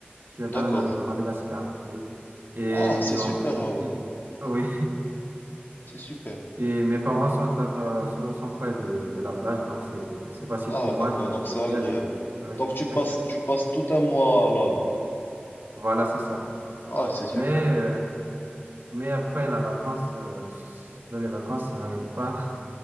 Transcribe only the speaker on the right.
Sur Tananarive,
à Madagascar. Oui. Et
ils
ont,
oui.
Et mes parents sont, à- sont sont près de, de la plage, donc c'est c'est facile
pour moi
d'y
d'y aller. Oui.
<laughs>
Voilà, c'est ça.
Mais, euh, mais après la vacance, euh, là, les vacances, ça n'arrive pas. <laughs>